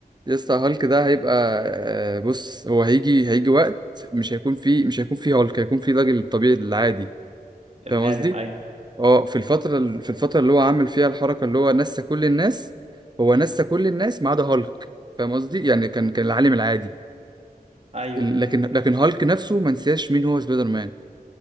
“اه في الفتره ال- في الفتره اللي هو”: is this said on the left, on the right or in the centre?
Right